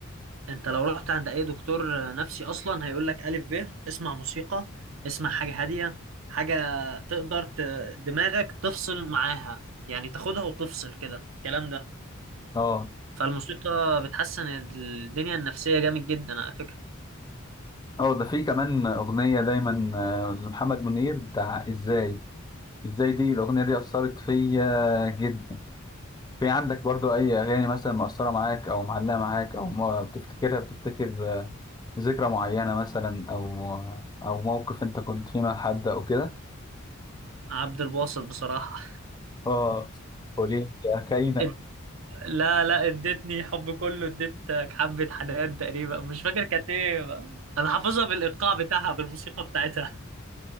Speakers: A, on the right; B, on the left.
A: انت لو رحت عند اي دكتور نفسي اصلا هيقول لك الف ب اسمع موسيقى اسمع حاجه هاديه حاجه تقدر ت... دماغك تفصل معاها يعني تاخدها وتفصل كده الكلام ده
B: اه
A: فالموسيقى بتحسن الدنيا النفسيه جامد جدا على فكره
B: اه ده في كمان اغنية دايما آه، لمحمد منير بتاع ازاي ازاي دي الاغنية دي اثرت فيا جدا في عندك برضو اي اغاني مثلا مؤثرة معاك او معلقة معاك او ما بتفتكرها بتفتكر آه، ذكرى معينة مثلا او آه، او موقف انت كنت فيه مع حد او كده
A: عبد الباسط بصراحه
B: اه قولي لي يا خاينة
A: <laughs> اد... لا لا اديتني حب كله اديتك حبه حنان تقريبا مش فاكر كانت ايه بقى. انا حافظها بالايقاع بتاعها بالموسيقى بتاعتها